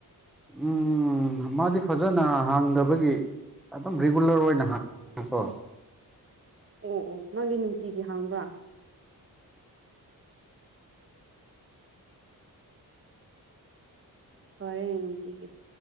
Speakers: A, in the centre; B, on the right (about 35°).
A: ꯎꯝ ꯃꯥꯗꯤ ꯐꯖꯅ ꯍꯥꯡꯗꯕꯒꯤ ꯑꯗꯨꯝ ꯔꯤꯒꯨꯂꯔ ꯑꯣꯏꯅ ꯍꯥꯡꯉꯀꯣ
B: ꯑꯣ ꯑꯣ ꯑꯣ ꯅꯪꯗꯤ ꯅꯨꯡꯇꯤꯒꯤ ꯍꯥꯡꯕ꯭ꯔꯥ ꯐꯔꯦꯅꯦ ꯅꯨꯡꯇꯤꯒꯤ